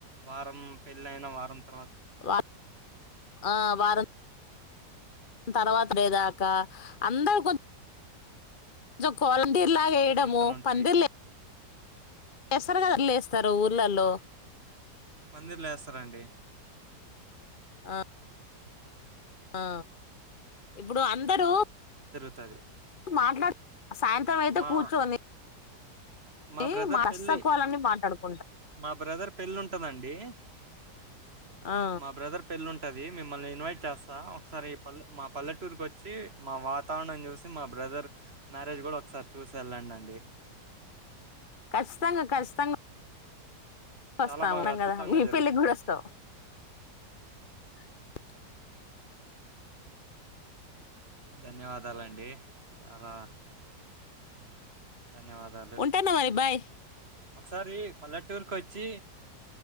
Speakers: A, on the right (about 35°); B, on the left (about 35°).
A: వారం పెళ్ళ అయిన వారం తర్వాత
B: వా ఆ వారం తర్వాత లేదాకా అందరు కొ కొలం లాగ వేయడము
A: అప్పగింతలు ఉంటాయి
B: పందిర్ లే ఎస్ సరగాదిలేస్తారు ఊర్లల్లో
A: పందిలేస్తారాండి
B: అ అ ఇప్పుడు అందరూ
A: సరే
B: మాట్లాడు సాయంత్రం అయితే
A: మా
B: కూర్చోని
A: మా
B: ఏ
A: బ్రదర్
B: మాక్కువాలన్నీ
A: పెళ్ళి
B: మాట్లాడుకో
A: మా బ్రదర్ పెళ్ళి ఉంటందండి
B: ఆ
A: మా బ్రదర్ పెళ్ళుంటే ఉంటంది మిమ్మల్ని ఇన్వైట్ చేస్తా ఒకసారిల్ల మా పల్లెటూరుకి వచ్చి మా వాతావరణం చూసి మా బ్రదర్ మ్యారేజ్ కూడా ఒకసారి చూసి వెళ్ళండి అండి
B: ఖచ్చితంగా ఖచ్చితంగా వస్తాము
A: చాలా బాగా అద్భుతంగా
B: కదా మీ
A: జరుగుతది.
B: పెళ్ళికి కూడా వస్తావు <inaudible>
A: ధన్యవాదాలండి చాలా ధన్యవాదాలు.
B: ఉంటాన్న మరిబ్ బాయ్
A: ఒకసారి పల్లెటూరుకి వచ్చి